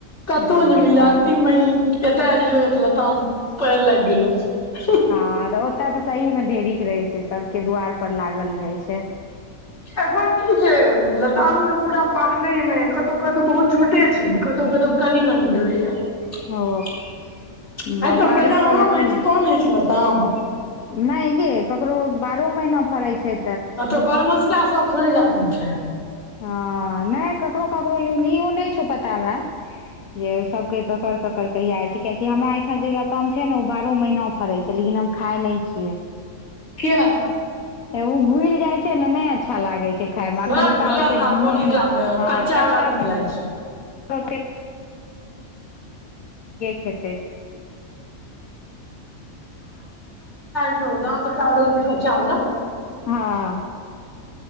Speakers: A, on the left; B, on the left.
A: कतहु
B: जोगे
A: नहि मिलले
B: पागल
A: अंतिम मे एतऽ एलियो ताम करर लागि गेल अछि
B: हँ तऽ ओतय तऽ सहीमे ढेरिक रहै छै सभके दुआरपर लागल रहै छै
A: एखन की छै लताम के पूरा पाकले नहि कतहु कतहु बहुत छोटे छै कतहु कतउ कनि मनि भेलय या अहिस
B: ओ ब- बारिश
A: पहिले
B: सब
A: आम
B: हेतौ
A: होइ
B: ने
A: छै त न होेइ छैय लताम
B: नहि गे ककरो बारहो महीना फड़ै छै
A: हँ तऽ बरमसिया सब थोड़ी रखने छै
B: हँ नहि ककरो ककरो लो नहि छौ पता हमरा जे सबके ककर ककरड़ कहियइ छै कियाकि हमरा एहिठाम जे लताम छै ने ओ बारहो महीना फड़े छै लेकिन हम खाय नहि छियै
A: किया
B: ओ घुलि जाइ छै ने नहि अच्छा लागै छै खायमे आ
A: बड़ा
B: कच्चा अत
A: गुलाब
B: बरमसिया सब जोड़ी
A: राखो
B: राखने
A: नीक लागे है, कच्चा वला
B: छै
A: नीक लागे
B: के खेतै <inaudible>
A: जो त च क क चावला
B: हँ